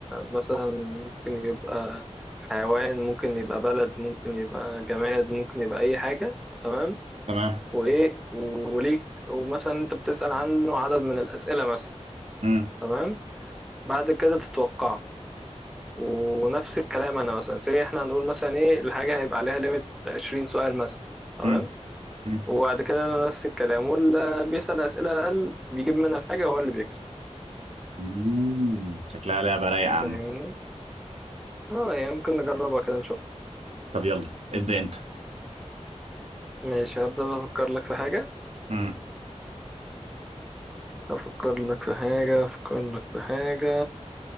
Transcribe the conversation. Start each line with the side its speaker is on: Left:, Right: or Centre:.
Centre: مثلا ممكن يبقى حيوان ممكن يبقى بلد ممكن يبقى جماد ممكن يبقى اي حاجة تمام
Right: تمام
Centre: وايه وليك ومثلا انت بتسأل عنه عدد من الأسئلة مثلا
Right: مم.
Centre: تمام بعد كده تتوقعه ونفس الكلام انا مثلا سي احنا هنقول مثلا ايه الحاجة هيبقى عليها ليميت 20 سؤال مثلا تمام
Right: مم. مم.
Centre: وبعد كده انا نفس الكلام واللي بيسأل أسئلة أقل بيجيب منها الحاجة هو اللي بيكسب
Right: مم. شكلها لعبه رايقه يا عم
Centre: فاهمني اه يعني ممكن نجربها كده نشوف
Right: طب يلا ابدا انت
Centre: ماشي هبدأ أنا أفكر لك في حاجة
Right: مم.
Centre: أفكر لك في حاجة أفكر لك في حاجة